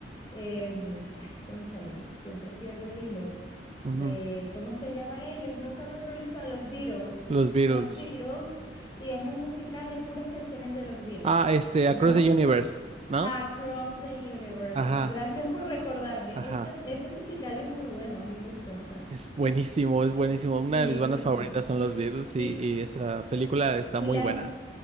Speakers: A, on the left; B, on the right.
A: em, ay, cónchale, siempre pierdo el hilo,
B: ujú.
A: de, ¿cómo se llaman ellos? No son los Rolling Stones, los Beatles,
B: Los Beatles.
A: los Beatles, y es un musical de puras canciones de los Beatles.
B: Ah, este, Across
A: No,
B: the Universe, ¿no?
A: Across the Universe.
B: Ajá,
A: Gracias por recordarme.
B: ajá.
A: Ese, ese musical es muy bueno, a mí me gustó bastante.
B: Es buenísimo, es buenísimo. Una
A: Sí,
B: de mis bandas
A: sí,
B: favoritas
A: sí.
B: son los Beatles
A: Y,
B: y, y esa película está
A: y
B: muy
A: las,
B: buena.